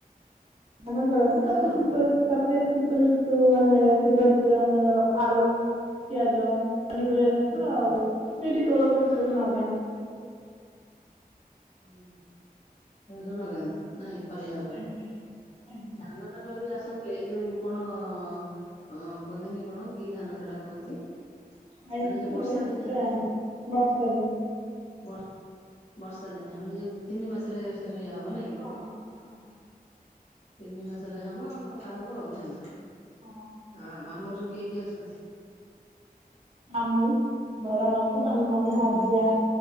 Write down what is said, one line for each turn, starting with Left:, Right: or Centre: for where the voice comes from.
Right: ଧାନ କରନ୍ତିି ତାପରେ
Left: କରନ୍ତି
Right: ଶୀତ ତାପରେ ଶୀତ ଋତୁ ମାନେ ଶୀତ ଋତୁରେ ଆମର ଆଳୁ ପିଆଜ ପନିପରିବା ଚାଷ
Left: ହୁଁ
Right: ଆଉ ବିରି, କୋଳଥ ସବୁ ଲଗାନ୍ତି।
Left: ହୁଁ ଏସବୁ ଲଗାନ୍ତି ନାଇଁ ପରିବା ଉପରେ
Right: ଆଜ୍ଞା ଆଜ୍ଞା
Left: ଧାନ ତାଙ୍କର ଯୋଉ ଚାଷ ହୁଏ, ଏଇ ଯୋଉ କଣ ହଁ କୁହନ୍ତିିନି କଣ କି ଧାନ ସେଟା କୁହନ୍ତି?
Right: ଆଇସମେ
Left: ମାନେ ଯ‌ଉ ବର୍ଷା ଦିନିଆ
Right: ଟା
Left: ଧାନ।
Right: ବର୍ଷା ଦିନ
Left: ବ ବର୍ଷା ଦିନିଆ ମାନେ ଯୋଉ ତିନି ମାସରେ ଇଏ ହବ ନାଇଁ? କି?
Right: ହଁ। ହଁ
Left: ତିନି ମାସରେ ହବ ଆଉ କଟା ହବ ଆଉ ନାଇଁ
Right: ହଁ।
Left: ଆ ମାମୁଁ ହର ସବୁ କିଏ କିଏ ଅଛନ୍ତି?
Right: ମାମୁଁ ବଡ଼ମାମୁଁ ସାନମାମୁଁ
Left: ହୁଁ
Right: ଅଜା।